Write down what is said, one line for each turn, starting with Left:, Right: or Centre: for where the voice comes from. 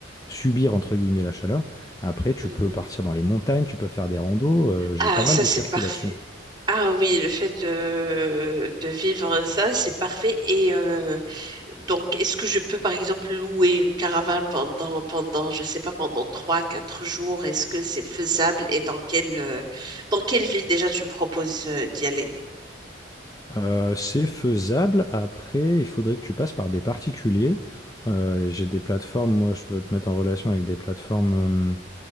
Left: subir entre guillemets la chaleur. Après, tu
Right: Mmh.
Left: peux partir dans les montagnes, tu peux faire des randos. euh, j'ai
Right: Ah,
Left: pas mal
Right: ça,
Left: de
Right: c'est
Left: circuits
Right: parfait.
Left: là-dessus.
Right: Ah oui, le fait de, de vivre ça, c'est parfait. Et euh, donc, est-ce que je peux, par exemple, louer une caravane pendant, pendant, je sais pas, pendant trois, quatre jours? Est-ce que c'est faisable et dans quelle, euh, dans quelle ville déjà tu me proposes euh, d'y aller?
Left: Euh, c'est faisable. Après, il faudrait que tu passes par des particuliers. Euh, j'ai des plateformes. Moi, je peux te mettre en relation avec des plateformes. euh,